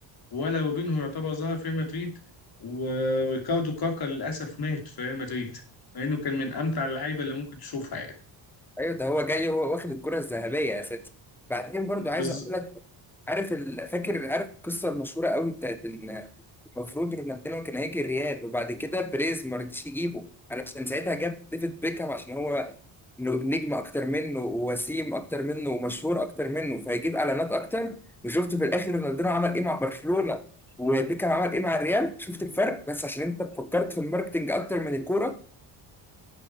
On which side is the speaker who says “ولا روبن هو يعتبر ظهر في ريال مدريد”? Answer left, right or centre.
Left